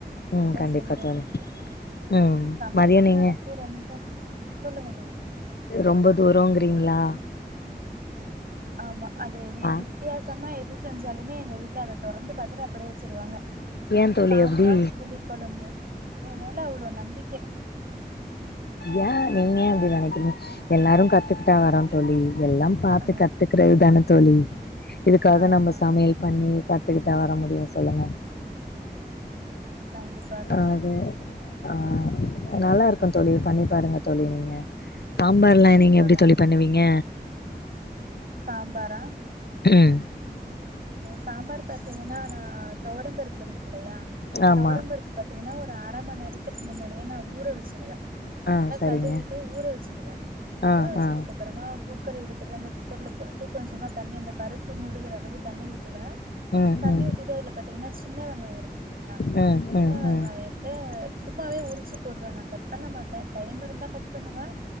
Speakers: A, on the right; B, on the left.
A: வீட்ல
B: ம் கண்டிப்பா
A: செய்றதுக்கு
B: தோழி ம்
A: சமையலுக்கு
B: மதியோ நீங்க
A: எனக்கு ரொம்ப சொல்லுங்க தோழி
B: ரொம்ப தூரங்றீங்ளா
A: ஆமா அது ஒரு வி
B: ஆ
A: உ வித்தியாசமா எது செஞ்சாலுமே எங்க வீட்ல அத தொறந்து பாத்துட்டு அப்டியே வச்சுருவாங்க
B: ஏ தோழி
A: சாம்பார்
B: அப்டி
A: புளிக்கொழம்பு என் மேல அவ்ளோ நம்பிக்க
B: ஏ நீங்க ஏ அப்டி நெனைக்கிறீங்க எல்லாரு கத்துக்கிட்டா வரோ தோழி எல்லா பாத்து
A: ஆ
B: கத்துக்கிறது தானத்தோழி இதுக்காக
A: ஆமா
B: நம்ம சமையல்
A: ஆமா
B: பண்ணி கத் கத்துகிட்டா வர முடியு சொல்லுங்க
A: பேன்டிஸ்
B: அது ஆ நல்லா இருக்கும் தோழி பண்ணி பாருங்க தோழி நீங்க
A: ஆ
B: சாம்பார்லா
A: கண்டிப்பா
B: நீங்க எப்டி
A: கண்டிப்பா
B: தோழி பண்ணுவீங்க
A: சாம்பாரா
B: ம்
A: சாம்பார் பாத்தீங்கின்னா நா தொவரம்பருப்பு இருக்கு இல்லயா
B: ஆமா
A: தொவரம்பருப் பாத்தீங்கன்னா ஒரு அர மண் நேரத்துக்கு முன்னாடியே நா ஊற வச்சிருவ நல்லா
B: ஆ சரிங்க
A: கழுவிட்டு ஊற வச்சிருவ
B: ஆ
A: ஊற வச்சதுக்கப்
B: ஆ
A: அப்புறமா குக்கர் எடுத்துட்டு அந்த குக்கர்ல போட்டு கொஞ்சமா தண்ணி அந்த பருப்பு முழுகிற அளவு தண்ணி ஊத் துவ
B: ம்
A: தண்ணி
B: ம்
A: ஊத்திட்டு அதுல பாத்தீங்கன்னா சின்ன வெங்காயம் இருக்கு இல்லயா
B: ம் ம்
A: சின்ன
B: ம்
A: வெங்காயத்
B: ம் ம்
A: த சும்மாவே உரிச்சு போட்ருவ நா கட் பண்ண மாட்ட டைம் இருந்தா கட் பண்ணுவ